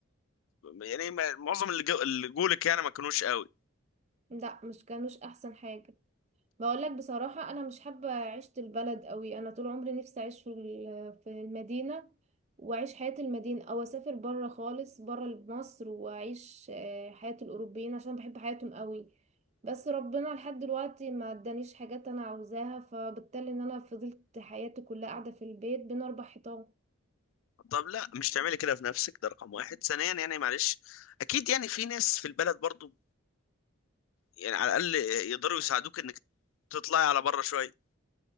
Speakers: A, on the left; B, on the right.
A: يعني ما- معظم اللي جو- اللي جولك يعني ما كانوش قوي
B: لا مش كانوش احسن حاجة بقول لك بصراحة انا مش حابة عيشة البلد قوي انا طول عمري نفسي اعيش في ال- في المدينة واعيش حياة المدينة او اسافر برا خالص برا مصر واعيش آه، حياة الاوروبيين عشان بحب حياتهم قوي بس ربنا لحد دلوقتي ما ادانيش حاجات انا عاوزاها فبالتالي ان انا فضلت حياتي كلها قاعدة في البيت بين اربع حيطان
A: طب لا مش تعملي كده في نفسك ده رقم واحد ثانيا يعني معلش اكيد يعني في ناس في البلد برضو يعني على الاقل يقدروا يساعدوك انك تطلعي على بره شويه